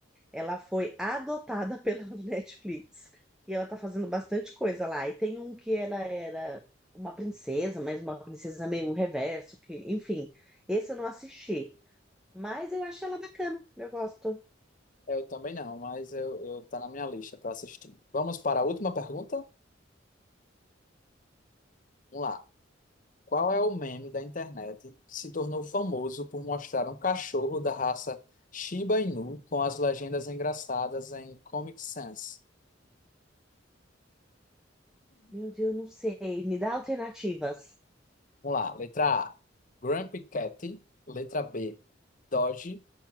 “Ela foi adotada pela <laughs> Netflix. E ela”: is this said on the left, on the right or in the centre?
Centre